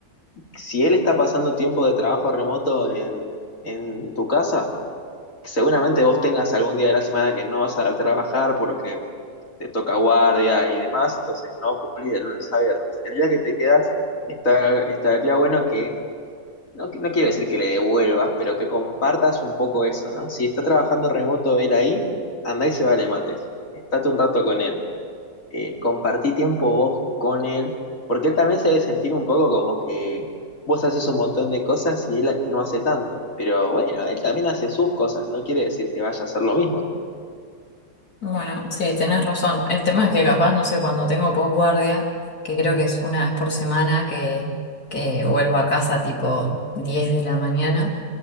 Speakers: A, on the left; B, on the left.
A: si él está pasando tiempo de trabajo remoto en, en tu casa, seguramente vos tengas algún día de la semana que no vas a trabajar porque te toca guardia y demás, entonces no cumplís de lunes a viernes. El día que te quedas, está, estaría bueno que no, qui- no quiero decir que le devuelvas, pero que compartas un poco eso, ¿no? Si está trabajando remoto él ahí, andá y se vale mates. Estate un rato con él. Eh, compartí tiempo vos con él, porque él también se debe sentir un poco como que vos haces un montón de cosas y él no hace tanto. Pero bueno, él también hace sus cosas, no quiere decir que vaya a hacer lo mismo.
B: Bueno, sí, tenés razón. El tema es que capaz, no sé, cuando tengo posguardia, que creo que es una vez por semana que, que vuelvo a casa tipo 10 de la mañana.